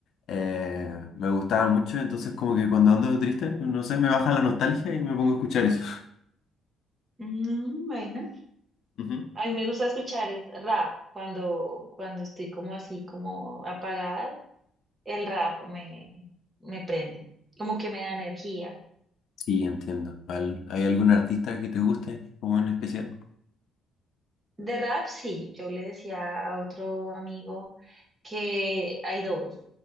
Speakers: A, on the left; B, on the right.
A: eh, me gustaba mucho. Entonces, como que cuando ando triste, no sé, me baja la nostalgia y me pongo a escuchar eso.
B: Mm, bueno.
A: <laughs> Ujú.
B: A mí me gusta escuchar es rap cuando, cuando estoy como así, como apagada, el rap me, me prende, como que me da energía.
A: Sí, entiendo. Al- ¿Hay algún artista que te guste, como en especial?
B: De rap, sí. Yo le decía a otro amigo que hay dos.